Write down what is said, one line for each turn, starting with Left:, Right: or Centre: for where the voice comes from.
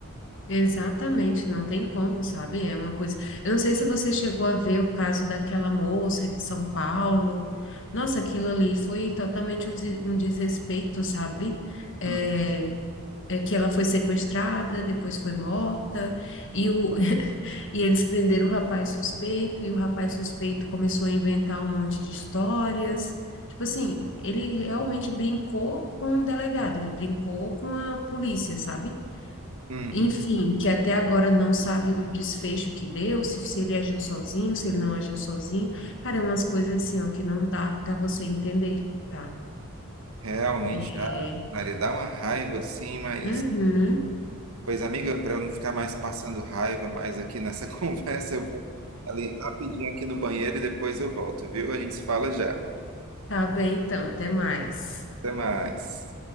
Left: Exatamente, não tem como, sabe? É uma coisa. Eu não sei se você chegou a ver o caso daquela moça de São Paulo. Nossa, aquilo ali foi totalmente um des- um desrespeito, sabe? É,
Right: Hum.
Left: é que ela foi sequestrada, depois foi morta, e, o, <laughs> e eles prenderam o rapaz suspeito, e o rapaz suspeito começou a inventar um monte de histórias. Tipo assim, ele realmente brincou com o delegado, ele brincou com a polícia, sabe?
Right: Hum,
Left: Enfim, que até agora não sabe o desfecho que deu, se, se ele agiu sozinho, se ele não agiu sozinho. Cara, é umas coisas assim, ó, que não dá para você entender, tá?
Right: realmente,
Left: É.
Right: dá, Maria, dá uma raiva, sim, mas,
Left: Uhum.
Right: pois, amiga, para eu não ficar mais passando raiva mais aqui nessa <laughs> conversa, eu vou ali rapidinho aqui no banheiro e depois eu volto, viu? A gente se fala já.
Left: Tá bem, então, até mais.
Right: Até mais.